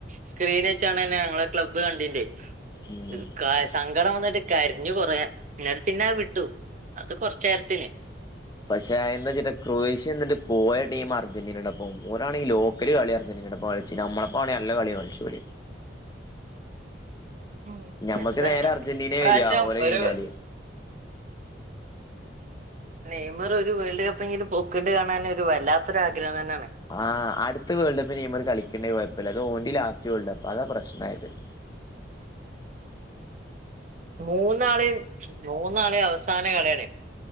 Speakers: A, on the right (about 45°); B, on the left (about 20°).
A: സ്ക്രീൻ വെച്ചാണ്െ ഞങ്ങള ക്ലബ് കണ്ടിീ്േ
B: ഉം
A: <unintelligible> കായ സാ ട വന്നിട്ട് കരിഞ്ഞു കൊറ നിട്ടട് പിന്നെ വിട്ടു അത് കൊറച്ച നേരത്തിന്
B: പക്ഷെ എന്താ വെച്ചിട്ട ക്രൊയേഷ്യ എന്നിട്ട് പോയ ടീം അർജന്റീനയുടെ പോവും രാണെങ്കിൽ ലോക്കല് കളി അർജന്റീനയുടെ കളിച്ചു നമ്മളപ്പോ ആണെങ്കിൽ നല്ല കളിയും കളിചോൽ
A: ഉം
B: ഞമ്മക്ക്
A: എന്തായാലും
B: നേരെ അർജന്റീനയെ
A: ഇപ്രാവശ്യം
B: വരുവാ ഓരോ
A: ഒരു
B: കയിഞ്ഞാല്
A: നെയ്മർ ഒരു വേൾഡ് കപ്പ എങ്കിലും പൊക്കിണ്ട് കാണാനൻ ഒരു വല്ലാത്തൊരു ആഗ്രഹം തന്നെയാണ്
B: ആ അടുത്ത വേൾഡ് കപ്പിന് നെമര് കളിക്കണ്ടേ കുഴപ്പമില്ല ഓല ലസ്റ്റ് വേൾ്ട് ക അതാ പ്രശ്നായത് <inaudible>
A: മൂന്നാള മൂന്നാളെയ അവസ സാന കളിയണേ